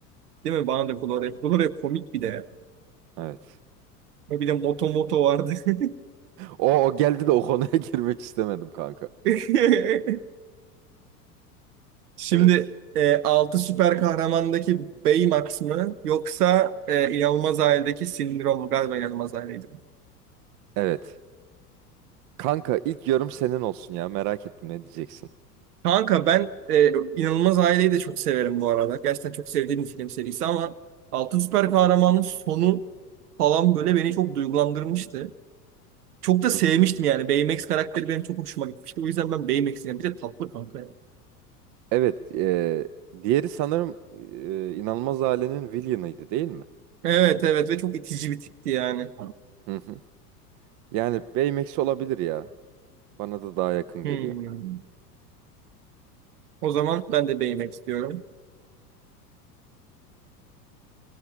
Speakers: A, on the right; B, on the right.
A: Değil mi? Bana da Gloria. Gloria komik bir de ya.
B: Evet.
A: Bir de Moto Moto vardı. <laughs>
B: O, o geldi de o konuya <laughs> girmek istemedim kanka.
A: <laughs> Şimdi
B: Evet.
A: e, 6 süper kahramandaki Baymax mı yoksa e, İnanılmaz Aile'deki Sindrom mu? Galiba İnanılmaz Aile'ydi.
B: Evet. Kanka ilk yorum senin olsun ya merak ettim ne diyeceksin.
A: Kanka ben e, İnanılmaz Aile'yi de çok severim bu arada. Gerçekten çok sevdiğim bir film serisi ama 6 süper kahramanın sonu falan böyle beni çok duygulandırmıştı. Çok da sevmiştim
B: Hı hı.
A: yani. Baymax karakteri benim çok hoşuma gitmişti. O yüzden ben Baymax'i yani. Bir de tatlı kanka ya.
B: Evet e, diğeri sanırım e, İnanılmaz Ailenin Villain'ıydı değil mi?
A: Evet evet ve çok itici bir tipti yani.
B: Hı hı. Yani Baymax olabilir ya. Bana da daha yakın
A: Hmm.
B: geliyor.
A: O zaman ben de Baymax diyorum.